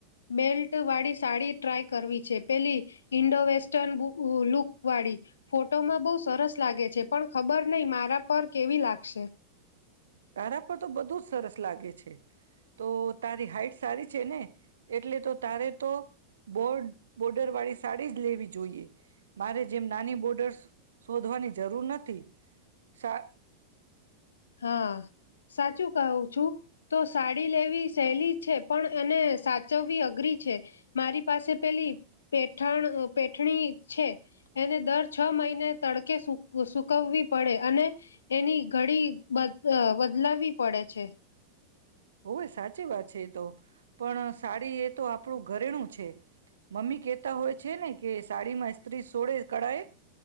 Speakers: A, on the left (about 65°); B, on the right (about 65°).
A: બેલ્ટ વાળી સાડી ટ્રાય કરવી છે પેલી ઈન્ડો વેસ્ટર્ન વુ ઊ લુક વાળી ફોટોમાં બહુ સરસ લાગે છે પણ ખબર નહી મારા પર કેવી લાગશે.
B: તારા પર તો બધું જ સરસ લાગે છે તો તારી હાઈટ સારી છે ને એટલે તો તારે તો બોડ બોર્ડર વાળી સાડી જ લેવી જોઈએ. મારે જેમ નાની બોર્ડર્સ શોધવાની જરૂર નથી સા
A: હા સાચુ કઉ છુ તો સાડી લેવી સહેલી છે પણ એને સાચવવી અઘરી છે મારી પાસે પેલી પેઠાણ પેઠણી છે એને દર છ મહિને તડકે સુ સુકવી પડે અને એની ઘડી બદલ અ બદલાવી પડે છે
B: હોવે સાચી વાત છે એ તો પણ સાડી એ તો આપણું ઘરેણું છે મમ્મી કહેતા હોય છે ને કે સાડીમાં સ્ત્રી સોળે કળાએ